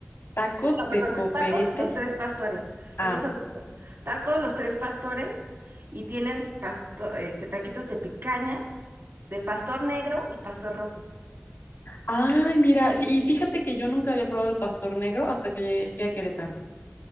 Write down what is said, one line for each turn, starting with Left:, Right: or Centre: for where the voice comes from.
Left: Tacos
Right: No,
Left: de
Right: perdón,
Left: coperete.
Right: Tacos Los Tres Pastores.
Left: Ah,
Right: Estos son los tacos. Tacos Los Tres Pastores y tienen pasto- este, taquitos de picaña, de pastor negro y pastor rojo.
Left: ay, mira, fí- y fíjate que yo nunca había probado el pastor negro hasta que llegué aquí a Querétaro,